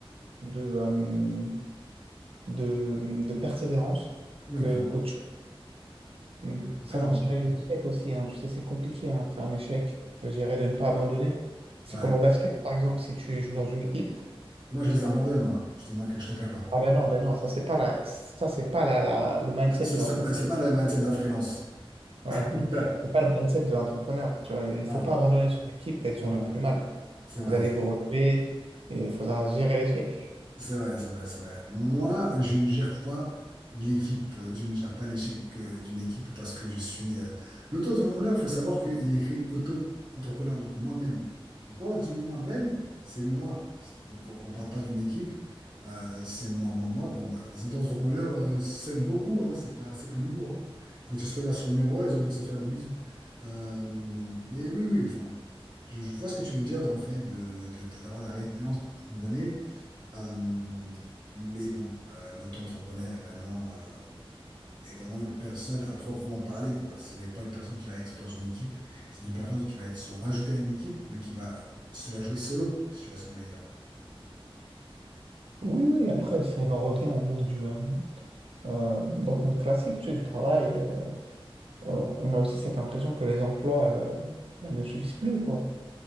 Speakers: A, on the right; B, on the right.
A: de, euh, de, de persévérance
B: Oui,
A: que
B: clairement.
A: qu'autre chose. Mm.
B: Clairement,
A: Savoir
B: clairement.
A: gérer les échecs aussi, hein. Tu sais, c'est compliqué hein, après un échec de gérer, de ne pas abandonner. C'est
B: Ouais.
A: comme au basket, par exemple, si tu joues dans une équipe.
B: Moi, je les abandonne, moi. Je te manque, je te cache pas.
A: Ah ben non, ben non, ça c'est pas la, ça c'est pas la, la- le mindset
B: C'est c'est-
A: de l'entrepreneur.
B: c'est pas le mindset d'un freelance.
A: Ouais.
B: <laughs>
A: C'est pas le mindset de l'entrepreneur. Tu vois, il faut
B: Ah,
A: pas abandonner son équipe quand ils
B: clairement.
A: sont dans le plus mal. quoi.
B: C'est vrai.
A: Vous allez vous relever et il faudra gérer l'échec.
B: C'est vrai, c'est vrai, c'est vrai. Moi, je ne gère pas l'équipe, je ne gère pas l'échec euh, d'une équipe parce que je suis euh, l'auto-entrepreneur. Il faut savoir qu'il y a écrit auto-entrepreneur, donc moi-même. Donc quand on dit moi-même, c'est moi. C'est- Donc on ne parle pas d'une équipe, euh, c'est moi, moi, moi. Bon, bah, les auto-entrepreneurs euh, s'aiment beaucoup, hein, c'est pas, c'est pas nouveau. hein. Quand ils se regardent sur le miroir, ils ont envie de se faire des bisous. Euh, mais oui, oui, enfin, je, je vois ce que tu veux dire dans le fait de, de- de- d'avoir la résilience à un moment donné. Euh, mais bon, euh, l'auto-entrepreneur est vraiment, euh, est vraiment une personne à proprement parler, quoi. Ce n'est pas une personne qui va être dans une équipe, c'est une personne qui va être se rajouter à une équipe, mais qui va se la jouer solo, si tu vois ce que je veux dire.
A: Oui, oui, après, si on en revient au monde du, euh, euh, dans le monde classique, tu sais, du travail. euh, euh, on a aussi cette impression que les emplois euh, bah, ne suffisent plus, quoi.